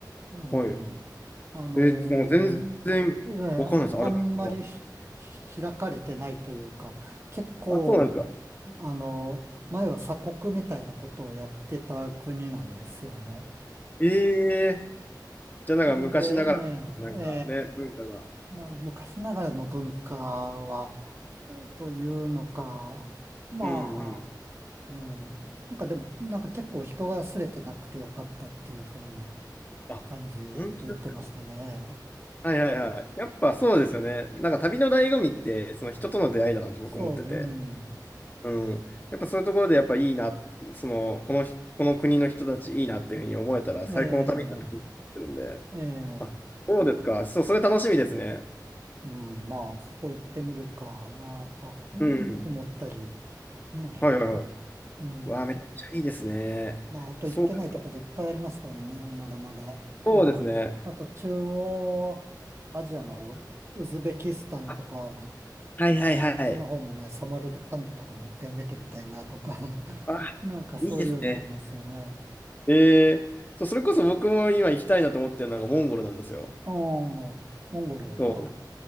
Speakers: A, on the right; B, on the left.
A: うん、
B: い。
A: あの
B: えー、なんか全然わかんないです、
A: ー、いやいやあん、
B: アルバニ
A: あんまり <laughs> 開かれてないというか、結構、
B: ア。あ、そうなんですか。
A: あの、前は鎖国みたいなことをやってた国なんですよね。
B: ええ、じゃあなんか昔ながら、
A: それで、ええ、
B: なんかね、
A: え
B: 文化が。
A: えな昔ながらの文化は、というのか、まあ、
B: うんうん。
A: うん。なんかでも、なんか結構人が擦れてなくてよかったっていう風な
B: あ、
A: 感じで言ってましたね。
B: 本当ですか。はいはいはい。やっぱそうですよね。なんか旅の醍醐味って、その人との出会いだなと僕思ってて。
A: そうで、うん。
B: うん。やっぱそういうところでやっぱいいな、その、このひ、この国の人たちいいなっていうふうに思えたら最高の旅だなと思ってるんで。
A: ええ、え
B: あ、
A: え、
B: そうですか。そう、それ楽しみですね。
A: うん。まあ、そこ行ってみるかなとか <laughs>
B: うん。
A: 思ったり、ね。
B: はいはいはい。
A: うん。
B: わあ、めっちゃいいですね。
A: まあ、あと行ってないところいっぱいありますからね、
B: そうですか。
A: まだまだ。
B: そうですね。
A: あの、あと中央アジアの方、ウズベキスタンとか、
B: あ、
A: ね
B: はいはいはい。
A: あっちの方もね、サマルカンドとかも一遍見てみたいなとか、<laughs>
B: あ、
A: なんかそういうのありますよね。
B: いいですね。えー、そう、それこそ僕も今行きたいなと思ってるのがモンゴルなんですよ。
A: うん、モンゴルは、
B: そ